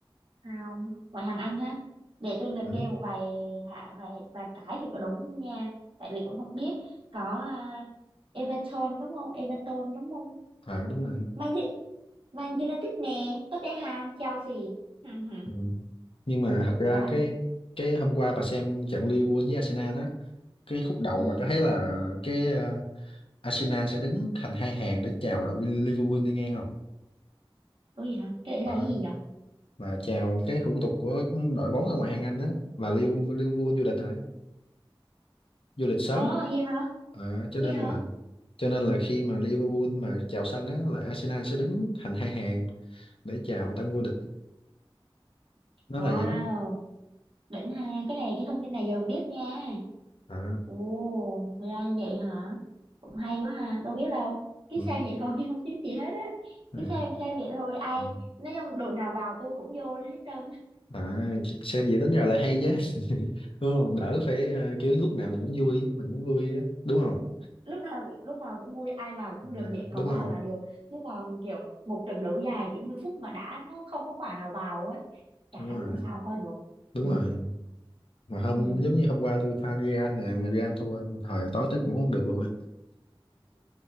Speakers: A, on the right; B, on the left.
A: không ngoại hạng Anh ha để tôi liệt
B: ừ.
A: kê một vài hạ vài vài cái thì có đúng nha tại vì cũng không biết có à, Everton đúng không Everton đúng không
B: à đúng rồi
A: Man, U- Man United nè Tottenham Chelsea <laughs>
B: ừ. nhưng mà thật ra
A: quá đỉnh.
B: cái cái hôm qua bà xem trận Liverpool với Arsenal đó cái khúc đầu
A: ừ
B: bà có thấy là cái ờ, Arsenal sẽ đứng thành hai hàng để chào đội Liverpool đi ngang không
A: ủa gì hả cái đấy là
B: Đó.
A: cái gì vậy
B: mà chào cái thủ tục của đội bóng ở ngoài hàng Anh á và Liverpool, Liverpool vô địch rồi vô địch sớm
A: ờ
B: á
A: gì hả
B: Ờ, cho
A: gì
B: nên
A: hả
B: là cho nên là khi mà Liverpool mà chào sân á là Arsenal sẽ đứng thành hai hàng để chào tân vô địch nó
A: wow
B: là gì đó
A: đỉnh ha cái này cái thông tin này giờ mình biết nha
B: Ờ,
A: ồ ra như vậy hả hay quá ha đâu biết đâu cứ
B: ừ,
A: xem vậy thôi <laughs> chứ không biết gì hết á
B: à,
A: cứ xem xem vậy thôi ai
B: ừ.
A: nói chung đội nào vào tôi cũng vô lên hết trơn
B: à xem vậy tính ra lại hay chứ <laughs> đúng không đỡ phải ờ, kiểu lúc nào mình cũng vui mình cũng vui á đúng không
A: lúc nào cũng lúc nào cũng vui ai vào cũng được
B: à,
A: miệng có
B: đúng
A: vào
B: rồi
A: là được chứ còn kiểu một trận đấu dài 90 phút mà đã nó không có quả nào vào á chán
B: đúng rồi
A: làm sao coi được
B: đúng
A: ừ
B: rồi mà hôm
A: ừ
B: giống như hôm qua tôi fan Real nè mà Real thua thời tối tức ngủ không được luôn á